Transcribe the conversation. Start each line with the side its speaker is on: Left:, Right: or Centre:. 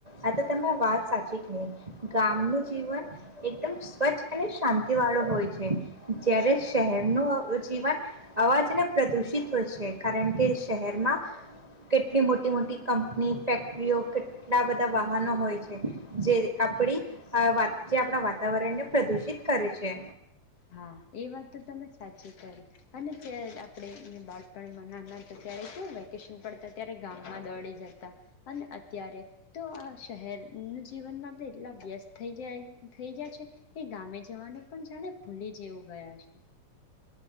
Right: આ તો તમે વાત સાચી કહી, ગામનું જીવન એકદમ સ્વચ્છ અને શાંતિવાળું હોય છે, જ્યારે શહેરનું અ જીવન અવાજને પ્રદુષિત હોય છે. કારણ કે શહેરમાં કેટલી મોટી-મોટી કંપની ફેક્ટરીઓ, કેટ એટલા બધા વાહનો હોય છે. જે આપણી અ જે આપણા વાત વાતાવરણને પ્રદુષિત કરે છે.
Left: હા, એ વાત તો તમે સાચી. કરી અને ચ આપણે બાળપણમાં નાના ત્યારે કેવું વેકેશન પડતા ત્યારે ગામમાં દોડી જતા અને અત્યારે તો આ શહેરનું જીવનમાં આપણે એટલા વ્યસ્ત થઈ જાય થઈ ગયા છે કે ગામે જવાનું પણ જાણે ભૂલી જેવું ગયા છે.